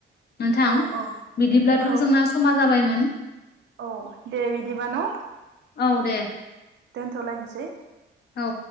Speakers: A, on the left; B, on the right.
A: नोंथां
B: औ औ
A: बिदिब्लाथ'
B: औ
A: जोंना समा जाबायमोन
B: औ दे बिदिबा न
A: औ दे
B: दोनथ लाइन्सै
A: औ